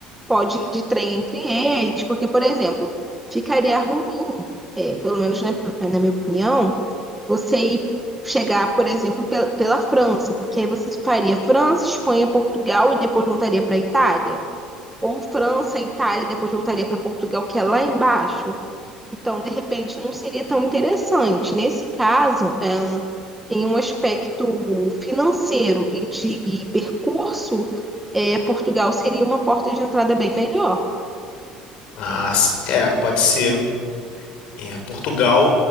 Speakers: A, in the centre; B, on the left.
A: Pode ir de trem entre eles, porque, por exemplo, ficaria ruim, é, pelo menos na, na minha opinião, você ir chegar, por exemplo, pe- pela França, porque aí você faria França, Espanha, Portugal e depois voltaria para Itália. Ou França, Itália, e depois voltaria para Portugal, que é lá embaixo. Então, de repente, não seria tão interessante. Nesse caso, é, em um aspecto financeiro e de percurso, é, Portugal seria uma porta de entrada bem melhor.
B: Ah, sim. É, pode ser. É, Portugal,